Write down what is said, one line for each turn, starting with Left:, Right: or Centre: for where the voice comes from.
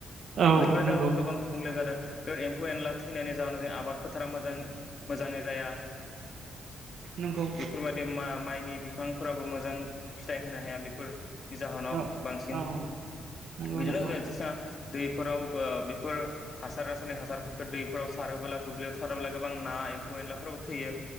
Right: औ
Left: बेफोर
Right: नंगौ
Left: जाहाबो गोबां गुबुंले जादों। बेफोर एम्फौ एनला थैनायनि जाहोनाव जों आबादफोर फोथारा मोजां मोजाङै जाया।
Right: नंगौ
Left: बेफोरबायदि मा-माइ नि बिफांफोराबो मोजां फिथाइ होनो हाया बेफोर नि जाहोनाव
Right: औ
Left: बांसिन
Right: औ नंगौ
Left: बिदिनो
Right: नंगौ
Left: जा एसे सा दैफोराव ओ बेफोर हासार रासायनारि हासारफोरखौ दैफोराव सारोबोला दुब्लियाव सारोबोला गोबां ना एम्फौ एनलाफोराबो थैयो।